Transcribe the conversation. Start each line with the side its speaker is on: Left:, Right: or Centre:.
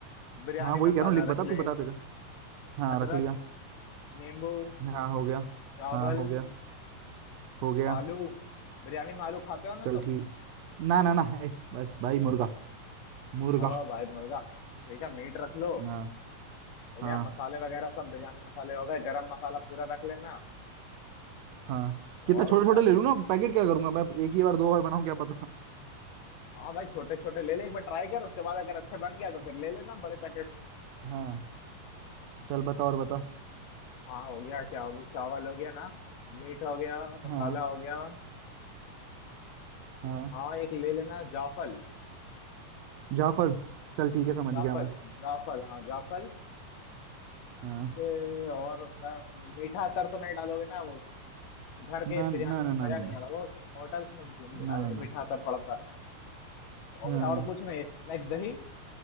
Left: बिरयानी
Right: हाँ वही
Left: मसाला
Right: कह रहा हूँ लिख बता
Left: रख
Right: तू
Left: ले
Right: बताते जा हाँ
Left: अदरक
Right: रख लिया
Left: नींबू
Right: हाँ हो गया
Left: चावल
Right: हाँ हो गया हो गया
Left: आलू बिरयानी में आलू खाते हो ना
Right: चल
Left: तुम
Right: ठीक ना ना ना है बस भाई मुर्गा मुर्गा
Left: ओ भाई मुर्गा ठीक है मीट रख लो
Right: हाँ
Left: हो गया
Right: हाँ
Left: मसाले वगैरह सब बिरयानी मसाले हो गए गरम मसाला पूरा रख लेना
Right: हाँ
Left: और
Right: कितना छोटे
Left: क्या
Right: छोटे
Left: क्या
Right: ले लूँ ना पैकेट क्या करूंगा मैं एक ही बार दो बार बनाऊँ क्या पता
Left: हाँ भाई छोटे छोटे ले ले एक बार ट्राई कर उसके बाद अगर अच्छे बन गया तो फिर ले लेना बड़े पैकेट
Right: हाँ चल बता और बता
Left: हाँ हो गया क्या हो गया चावल हो गया ना मीट हो गया मसाला
Right: हाँ
Left: हो गया
Right: हाँ
Left: हाँ एक ले लेना जाफल
Right: जाफर चल ठीक है समझ
Left: जाफल
Right: गया मैं
Left: जाफल हाँ जाफल
Right: हाँ
Left: ए, और होता है मीठा अतर तो नहीं डालोगे ना वो घर के
Right: ना
Left: बिरयानी
Right: ना
Left: में
Right: ना
Left: मजा
Right: ना ना
Left: नहीं
Right: ना
Left: आता वो होटल्स में
Right: ना ना ना
Left: मीठा अतर पड़ता है हो
Right: हाँ
Left: गया और कुछ नहीं लाइक दही